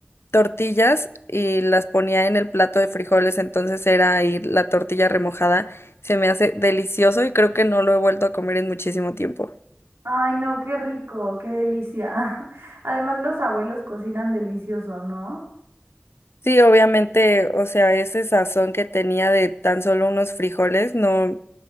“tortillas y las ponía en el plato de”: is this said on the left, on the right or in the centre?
Left